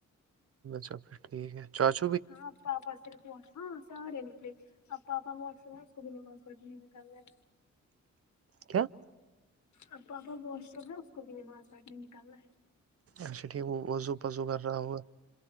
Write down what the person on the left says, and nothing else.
ہاں پاپا صرف واش ہاں سارے نکلے اب پاپا واش اس کو بھی نماز پڑھنی نکلنے
اب پاپا واش روم ہے اس کو بھی نماز پٹنے نکل رہا ہے